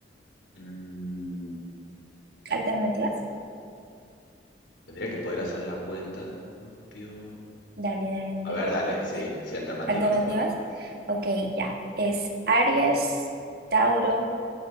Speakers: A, on the left (about 80°); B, on the right (about 55°).
A: Mm,
B: ¿Alternativas?
A: Tendría que poder hacer la cuenta. Escorpio.
B: Dale, dale, no
A: A
B: te
A: ver,
B: preocupes.
A: dale, sí, sí, alternativas,
B: ¿Alternativas?
A: alternativas.
B: Ok, ya. Es Aries, Tauro.